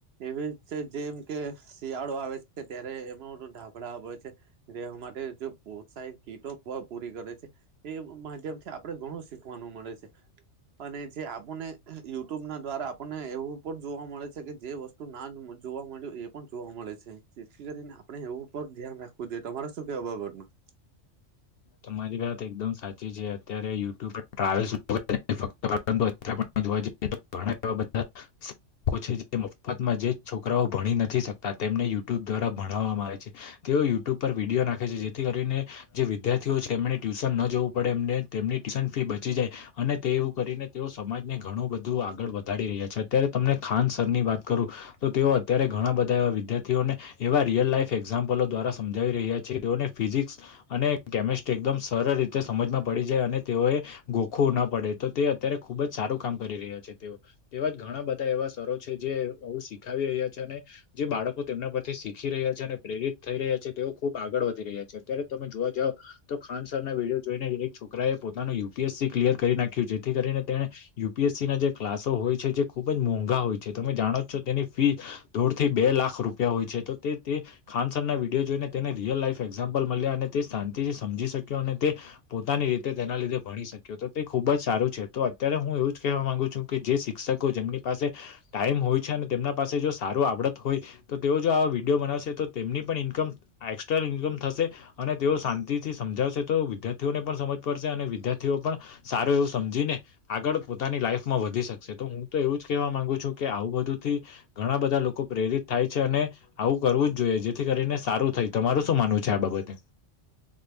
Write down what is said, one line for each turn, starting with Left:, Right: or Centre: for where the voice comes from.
Right: એવી છે જેમ કે શિયાળો આવે છે ત્યારે એનુ ધાબળા વેચે રહેેવા માટે જો પ્રોત્સાહિત કીટો પૂરી કરે છે એ માધ્યમથી આપડે ઘણું શીખવાનું મળે છે અને જે આપણને યુટ્યુબ ના દ્વારા આપણને એવું પણ જોવા મળે છે કે જે વસ્તુ તું ના જોવા મળ્યો એ પણ જોવા મળે છે જેથી કરીને આપણે એવું ઉપર ધ્યાન રાખ તમારે શું કેવું આ બાબત માં
Left: તમારી વાત એકદમ સાચી છે અત્યારે યુટ્યુબ ટ્રાવેલ્ <unintelligible> અત્યારે પણ જોવા જઈએ તો ઘણા એવા બધા પછી જે મફતમાં જે છોકરાઓ ભણી નથી શકતા તેમને યુટ્યુબ દ્વારા ભણવામાં આવે છે. તેઓ યુટ્યુબ પર વિડીયો નાખે છે, જેથી કરીને જે વિદ્યાર્થીઓ છે, એમણે ટ્યુશન ન જવું પડે એમને તેમની ટ્યુશન ફી બચી જાય. અને તે એવું કરીને તેઓ સમાજને ઘણું બધું આગળ વધારી રહ્યા છે, અત્યારે તમને ખાન સર ની વાત કરું. તો તેઓ અત્યારે ઘણા બધા એવા વિદ્યાર્થીઓને એવા રિયલ લાઈફ એક્ઝામ્પલો દ્વારા સમજાવી રહ્યા છે તેઓને ફિઝિક્સ અને કેમિસ્ટ એકદમ સરળ રીતે સમજમાં પડી જાય અને તેઓએ ગોખવું ન પડે તો તે અત્યારે ખુબ જ સારું કામ કરી રહ્યા છે તેઓ. તેવા જ ઘણા બધા એવા સરો છે જે આવું શીખાવી રહ્યા છે અને જે બાળકો તેમના પરથી શીખી રહ્યા છે અને પ્રેરિત થઈ રહ્યા છે. તેઓ ખૂબ આગળ વધી રહ્યા છે અત્યારે તમે જોવા જાવ તો ખાન સરના વિડીયો જોઈને એક છોકરાએ પોતાનું યુપીએસસી ક્લિયર કરી નાખ્યું જેથી કરીને તેણે યુપીએસસીના જે ક્લાસો હોય છે જે ખુબ જ મોંઘા હોય છે. તમે જાણો જ છો તેની ફી દોઢ થી બે લાખ રૂપિયા હોય છે. તો તે તે ખાનસરના વિડીયો જોઈને તેને રિયલ લાઈફ એક્ઝામ્પલ મળ્યા અને તે શાંતિથી સમજી શક્યો અને તે પોતાની રીતે તેના લીધે ભણી શક્યો તો તે ખુબ જ સારું છે. તો અત્યારે હું એવું જ કેહેવા માંગુ છું. કે જે શિક્ષકો જેમની પાસે ટાઈમ હોય છે અને તેમના પાસે જો સારું આવડત હોય. તો તેઓ જો આવા વિડીયો બનાવશે તો તેમની પણ ઇન્કમ આ એકસ્ટ્રા ઇન્કમ થશે. અને તેઓ શાંતિથી સમજાવશે તો વિદ્યાર્થીઓને પણ સમજ પડશે અને વિદ્યાર્થીઓ પણ સારું એવું સમજીને આગળ પોતાની લાઈફમાં વધી શકશે તો હું તો એવું જ કહેવા માંગુ છું કે આવું બધુંથી ઘણા બધા લોકો પ્રેરિત થાય છે અને આવું કરવું જ જોઈએ જેથી કરીને સારું થય તમારું શું માનવું છે આ બાબત? ને